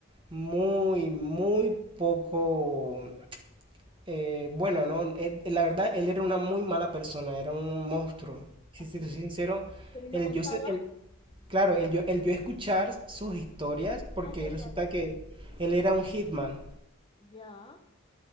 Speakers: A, on the right; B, on the left.
A: muy, muy poco eh, bueno, no, él- la verdad, él era una muy mala persona, era un monstruo. Si
B: así.
A: te soy sincero,
B: Pero y lo
A: el
B: contaba.
A: yo, se- el- claro, el yo, el yo escuchar sus historias, porque
B: Ah, ya, ya.
A: resulta que él era un hitman.
B: Ya.